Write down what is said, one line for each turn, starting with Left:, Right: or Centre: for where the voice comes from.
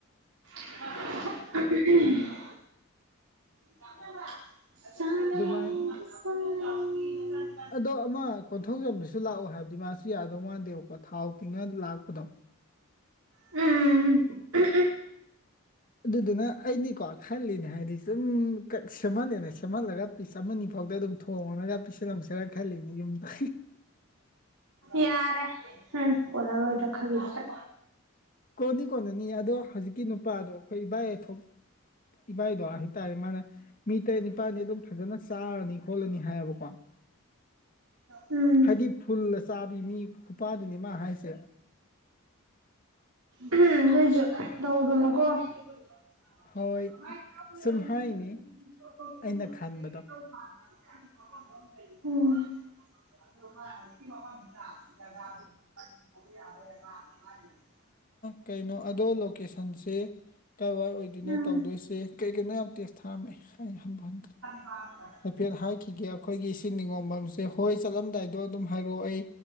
Right: <unintelligible> <unintelligible>
Left: ꯑꯗꯨꯃꯥꯏꯅ ꯑꯗꯣ ꯑꯃ ꯀꯣꯟꯊꯧꯖꯝꯗꯨꯁꯨ ꯂꯥꯛꯑꯣ ꯍꯥꯏꯕꯗꯤ ꯃꯥꯁꯨ ꯌꯥꯗꯧ ꯃꯥꯟꯗꯦꯕꯀꯣ ꯊꯥꯎ ꯇꯤꯡꯉ ꯂꯥꯛꯄꯗꯣ
Right: ꯎꯝ ꯌꯥꯔꯦ ꯎꯝ
Left: ꯑꯗꯨꯗꯨꯅ ꯑꯩꯗꯤꯀꯣ ꯈꯜꯂꯤꯅꯦ ꯍꯥꯏꯗꯤ ꯁꯨꯝ ꯀ ꯁꯦꯝꯍꯜꯂꯦꯅ ꯁꯦꯝꯍꯜꯂꯒ ꯄꯤꯁ ꯑꯃꯅꯤ ꯑꯅꯤ ꯐꯥꯎꯗ ꯑꯗꯨꯝ ꯊꯣꯡꯉꯅꯒ ꯄꯤꯁꯜꯂꯝꯁꯔ ꯈꯜꯂꯤꯅꯤ ꯌꯨꯝꯗ
Right: ꯌꯥꯔꯦ ꯎꯝ ꯀꫭꯟꯅꯔꫭꯏꯗ꯭ꯔ ꯈꯜꯂꯤꯁꯤꯗ
Left: ꯀꯣꯟꯅꯤ ꯀꯣꯟꯅꯅꯤ ꯑꯗꯣ ꯍꯧꯖꯤꯛꯀꯤ ꯅꯨꯄꯥꯗꯣ ꯑꯩꯈꯣꯏ ꯏꯕꯥꯏ ꯑꯊꯣꯛ ꯏꯚꯥꯏꯗꯣ ꯍꯥꯏꯇꯥꯔꯦ ꯃꯥꯅ ꯃꯤ ꯇꯔꯦꯠ ꯅꯤꯄꯥꯜꯅꯤ ꯑꯗꯨꯝ ꯐꯖꯅ ꯆꯥꯔꯅꯤ ꯈꯣꯠꯂꯅꯤ ꯍꯥꯏꯌꯦꯕꯀꯣ
Right: ꯎꯝ
Left: ꯍꯥꯏꯗꯤ ꯐꯨꯜꯁ ꯆꯥꯕꯤ ꯃꯤ ꯈꯨꯄꯥꯗꯨꯅꯤ ꯃꯥ ꯍꯥꯏꯁꯦ
Right: ꯎꯝ ꯑꯗꯨꯏꯁꯨ ꯇꯧꯒꯅꯨ ꯀꯣ <unintelligible>
Left: ꯍꯣꯏ ꯁꯨꯝ ꯍꯥꯏꯅꯤ ꯑꯩꯅ ꯈꯟꯕꯗꯣ
Right: ꯑꯝ <inaudible>
Left: ꯀꯩꯅꯣ ꯑꯗꯣ ꯂꯣꯀꯦꯁꯟꯁꯦ ꯀꯥꯏꯋꯥꯏ ꯑꯣꯏꯗꯣꯏꯅꯣ
Right: ꯎꯝ
Left: ꯇꯧꯗꯣꯏꯁꯦ ꯀꯩ ꯀꯩꯅꯣ ꯌꯥꯝ ꯇꯦꯁ ꯊꯥꯔꯝꯃꯦ ꯑꯩ ꯍꯟꯕ ꯍꯟꯗ꯭ꯔꯦ
Right: <unintelligible>
Left: ꯍꯥꯏꯐꯦꯠ ꯍꯥꯏꯈꯤꯒꯦ ꯑꯩꯈꯣꯏꯒꯤ ꯁꯤ ꯅꯤꯉꯣꯝꯕꯝꯁꯦ ꯍꯣꯏ ꯆꯠꯂꯝꯗꯥꯏꯗꯣ ꯑꯗꯨꯝ ꯍꯥꯏꯔꯛꯑꯣ ꯑꯩ